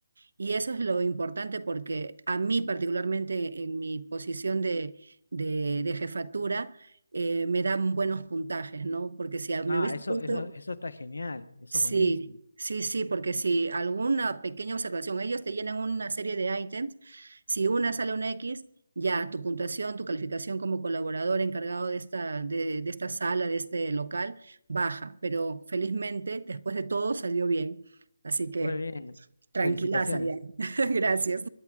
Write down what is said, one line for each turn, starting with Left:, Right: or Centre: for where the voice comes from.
Right: y eso es lo importante porque a mí particularmente en mi posición de, de- de jefatura eh, me dan buenos puntajes, ¿no? Porque si a- me
Left: ah,
Right: hubiese
Left: eso,
Right: puesto,
Left: eso, eso está genial, eso
Right: Sí,
Left: es buenísimo.
Right: sí, sí, porque si alguna pequeña observación, ellos te llenan una serie de ítems, si una sale un X, ya tu puntuación, tu calificación como colaborador encargado de esta, de, de esta sala, de este local, baja, pero felizmente después de todo salió bien, así que
Left: Muy bien.
Right: tranquilaza
Left: Felicitaciones.
Right: ya. <laughs> Gracias.